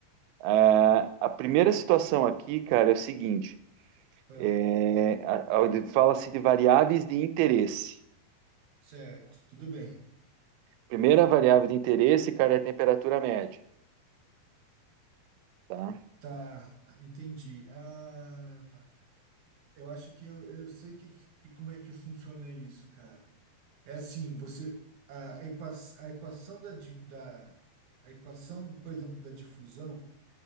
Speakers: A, on the right; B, on the right.
A: Ah, a primeira situação aqui, cara, é o seguinte:
B: Ah.
A: é, a- a- fala-se de variáveis de interesse.
B: Certo, tudo bem.
A: Primeira variável de interesse, cara, é a temperatura média, tá?
B: Tá, entendi. Ah, eu acho que eu, eu sei que, que- como é que funciona isso, cara. É assim, você a, equa, a equação da, di- da a equação, por exemplo, da difusão,